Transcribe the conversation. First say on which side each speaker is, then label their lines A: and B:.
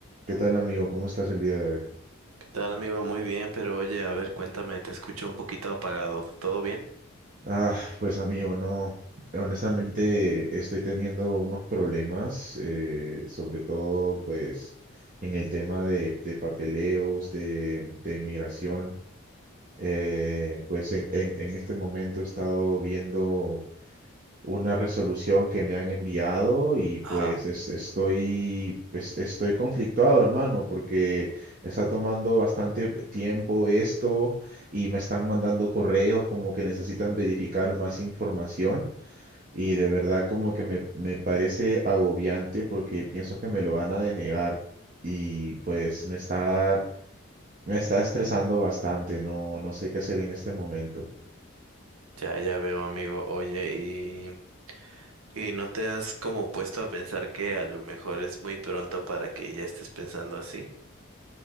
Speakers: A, on the right (about 40°); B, on the right (about 80°).
A: ¿Qué tal, amigo? ¿Cómo estás el día de hoy?
B: Tal amigo, muy bien, pero oye, a ver, cuéntame, te escucho un poquito apagado, ¿todo bien?
A: Ah, pues amigo, no. Honestamente, estoy teniendo unos problemas, eh, sobre todo, pues, en el tema de, de papeleos, de, de migración. Eh, pues en, en, en este momento he estado viendo una resolución que me han enviado y pues
B: Ajá,
A: es- estoy, es- estoy conflictuado, hermano, porque está tomando bastante tiempo esto y me están mandando correos como que necesitan verificar más información y de verdad como que me, me parece agobiante porque pienso que me lo van a denegar y pues me está, me está estresando bastante, no, no sé qué hacer en este momento.
B: ya, ya veo amigo, oye, y, y no te has como puesto a pensar que a lo mejor es muy pronto para que ya estés pensando así.